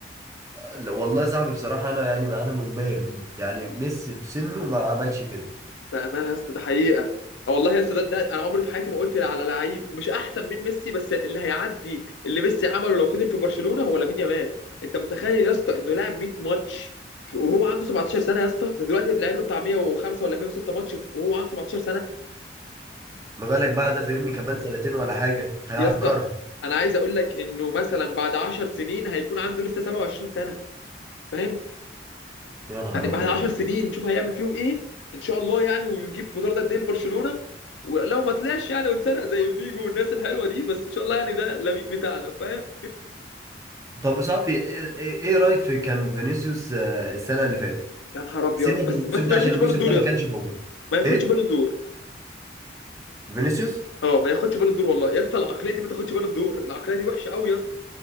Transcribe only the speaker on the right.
لا، والله يا صاحبي بصراحه انا يعني انا منبهر بيه يعني ميسي في سنه ما عملش كده
ما بالك بقى ده فاهمني كمان سنتين ولا حاجه هيهكرها
يا نهار
ابيض
طب يا صاحبي ايه إيه- إيه رايك في كان فينيسيوس آه، السنه اللي فاتت
سيبك
من الموسم
ده
عشان الموسم
ده ما
كانش موجود
ايه
فينيسيوس